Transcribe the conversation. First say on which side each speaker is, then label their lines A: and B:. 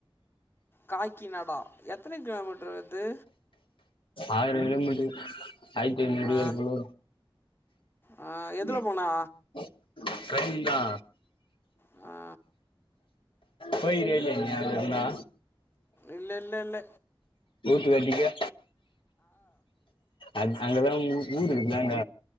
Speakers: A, on the left; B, on the left.
A: காக்கிநாடா எத்தனை கிலோமீட்டர் வருது
B: ஆயிரோ‌ கிலோ மீட்ரு ஆயிர்த்து ஐநூறு
A: ஆ
B: கிலோ
A: ஆ எதில்
B: மீட்ரு
A: போனா
B: அதுபோல வரோ கந்தா
A: மா
B: போயிக்கிரியா இல்லியா நீ அதுவர்லோ
A: இல்ல இல்ல இல்ல
B: டிக்கா அத் அங்கதா ஊ ஊரு இருக்குதாங்க